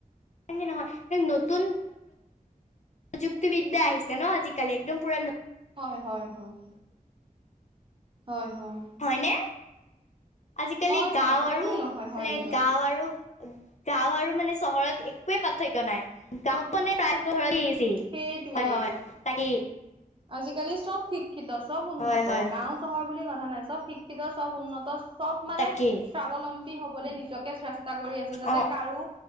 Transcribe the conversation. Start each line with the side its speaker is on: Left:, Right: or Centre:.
Left: <unintelligible> নহয় নতুন প্ৰযুক্তিবিদ্যা আহিছে ন আজিকালি একদম পুৰা ন
Right: হয়, হয়, হয়। হয়, হয়।
Left: হয়নে আজিকালি
Right: হয়
Left: গাঁও
Right: হয় কিয়নো
Left: আৰু
Right: নহয় হয়
Left: মানে
Right: দিয়ক
Left: গাঁও আৰু গাঁও আৰু মানে চহৰত একোৱে পাৰ্থক্য নাই গাঁৱত মানে প্ৰায় ঘৰতে এচি
Right: সেইটোৱেই
Left: হয়, হয়। তাকে।
Right: আজিকালি চব শিক্ষিত চব উন্নত।
Left: হয় হয়
Right: গাওঁ চহৰ বুলি কথা নাই চব শিক্ষিত চব উন্নত। চব মানে
Left: তাকেই
Right: স্বাৱলম্বী হ'বলে নিজকে চেষ্টা কৰি আছে, যাতে
Left: অ
Right: কাৰো